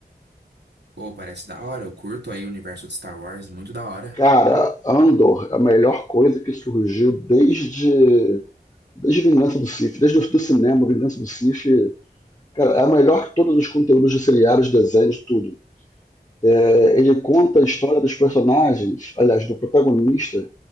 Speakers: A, on the right; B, on the left.
A: pô, parece da hora. Eu curto aí o universo de Star Wars, muito da hora.
B: Cara, Andor é a melhor coisa que surgiu desde, desde Vingança do Sith, desde o do cinema, Vingança do Sith. Cara, é a melhor que todos os conteúdos de seriados, desenhos, tudo. É, ele conta a história dos personagens, aliás, do protagonista